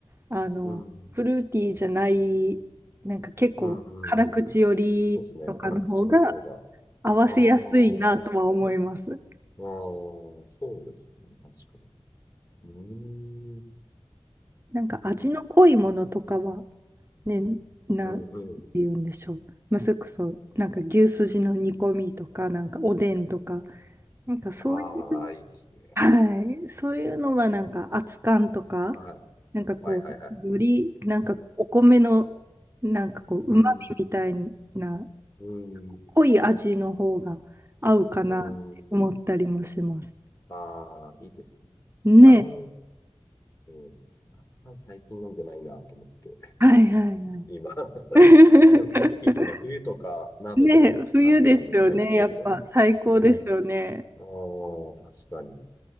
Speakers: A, on the right (about 25°); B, on the left (about 35°).
A: あの、
B: うん。
A: フルーティーじゃない、なんか結構辛口よりとかの方が
B: うん。うん。そうですね。辛口の方が。
A: 合わせやすいなとは思います。
B: ああ、確かに。ああ、そうですよね。確かに。うーん。
A: なんか味の濃いものとかは、
B: いいですね。
A: ね、なんて
B: うんうん。
A: 言うんでしょう。まあ、それこそ、なんか牛すじの煮込みとか、なんかおでんとか、なんかそういう
B: ああ、いいですね。
A: はい。そういうのはなんか熱燗とか、
B: はい。
A: なんかこう、
B: はいはいはい。
A: よりなんかお米のなんかこう、
B: うん。
A: うまみみたいな
B: うん。
A: 濃い味の方が合うかなって思ったりもします。
B: うん。ああ、いいですね。
A: ね。
B: 熱燗、そうですね。熱燗最近飲んでないなと思って、
A: はいはいはい。
B: 今。<laughs>
A: <laughs>
B: でも、いいですよね。冬とか鍋と熱燗とかね、
A: ね、冬ですよね。
B: 最高ですよね。
A: やっぱ最高ですよね。
B: ね。ああ、確かに、